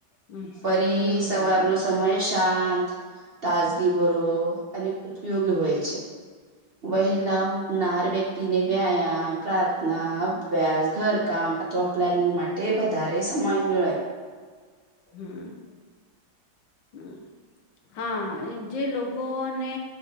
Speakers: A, on the left; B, on the right.
A: હમ
B: ફરી
A: હમ
B: સવારનો
A: બરાબર
B: સમય શાંત, તાજગી ભરો અને ઉપયોગી હોય છે. વહેલા
A: હમ
B: ઉઠનાર વ્યક્તિને વ્યાયામ, પ્રાર્થના અભ્યાસ, ઘરકામ અથવા પ્લેનિંગ માટે વધારે સમય મેળય.
A: હમ હમ હા જે લોકોને